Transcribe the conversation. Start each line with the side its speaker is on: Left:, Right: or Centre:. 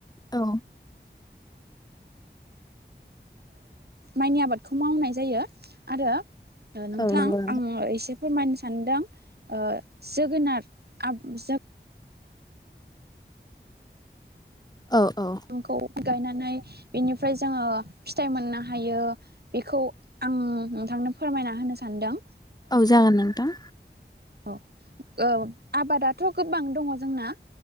Left: औ
Right: माइनि आबादखौ मावनाय जायो आरो नोंथां
Left: औ नंगौ
Right: ओ आङो एसे फोरमायनो सानदों ओ जोगोनार आब जा
Left: औ औ
Right: खौ गायनानै बिनिफ्राय जोङो फिथाइ मोननो हायो। बिखौ आं नोंथांनो फोरमायना होनो सानदों।
Left: औ जागोन नोंथां।
Right: अ औ आबादाथ' गोबां दङ जोंना।